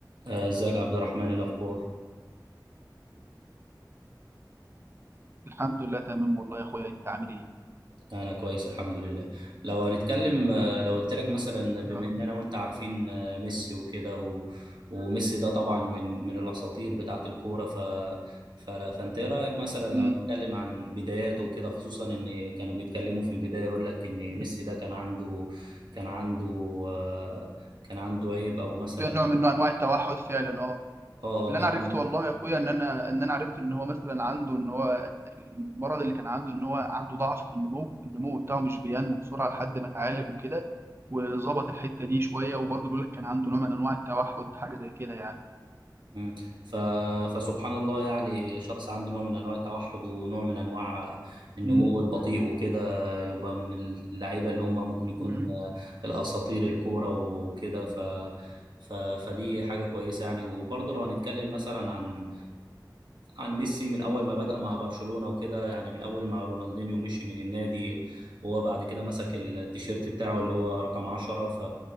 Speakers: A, on the right (about 80°); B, on the right (about 35°).
A: آه، ازيك يا عبد الرحمن إيه الاخبار
B: الحمد لله تمام والله يا اخويا انت عامل ايه
A: انا كويس الحمد لله لو هنتكلم آه، لو قلت لك مثلا بما
B: يا رب
A: ان انا وانت عارفين آه، ميسي وكده و... وميسي ده طبعا من من الاساطير بتاعه الكوره ف... ف... فانت ايه رايك مثلا
B: أمم،
A: لو هنتكلم عن بداياته وكده خصوصا ان كانوا بيتكلموا في البدايه يقول لك ان
B: أمم.
A: ميسي ده كان عنده كان عنده آه، كان عنده عيب او مثلا
B: في نوع من نوع انواع التوحد فعلا اه
A: اه
B: اللي
A: آه، كان
B: انا
A: عنده
B: عرفته والله يا اخويا ان انا ان انا عرفت ان هو مثلا عنده ان هو المرض اللي كان عنده ان هو عنده ضعف في النمو النمو بتاعه مش بينمو بسرعه لحد ما اتعالج وكده وظبط الحته دي شويه وبرضه بيقول لك كان عنده نوع من انواع التوحد حاجه زي كده يعني
A: مم. ف... فسبحان الله يعني شخص عنده نوع من انواع التوحد ونوع من انواع النمو
B: أمم،
A: البطيء وكده يبقى من اللعيبه اللي هم ممكن يكون
B: أمم، أمم.
A: الاساطير الكوره وكده ف... ف... فدي حاجه كويسه يعني وبرضه لو هنتكلم مثلا عن عن ميسي من اول ما بدأ مع برشلونة وكده يعني من اول ما رونالدينيو مشي من النادي وهو بعد كده مسك التيشيرت بتاعه اللي هو رقم 10 ف